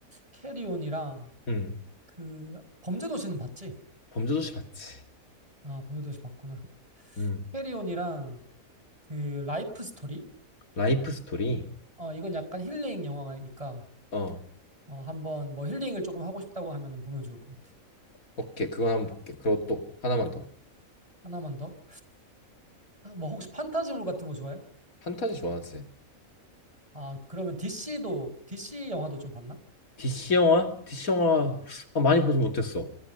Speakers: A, on the right; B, on the left.
A: 캐리온이랑
B: 응.
A: 그, 범죄도시는 봤지?
B: 범죄도시 봤지.
A: 아, 범죄도시 봤구나.
B: 응.
A: 캐리온이랑 그, 라이프 스토리?
B: 라이프 스토리.
A: 어, 이건 약간 힐링 영화니까,
B: 어,
A: 어, 한번 뭐 힐링을 조금 하고 싶다고 하면은 보면 좋을 것 같아.
B: 오케이. 그거 한번 볼게. 그리고 또 하나만 더.
A: 하나만 더. 아, 뭐 혹시 판타지물 같은 거 좋아해?
B: 판타지 좋아하지.
A: 아, 그러면 DC도, DC 영화도 좀 봤나?
B: DC 영화? DC 영화
A: 어,
B: 아, 많이 보진 못했어.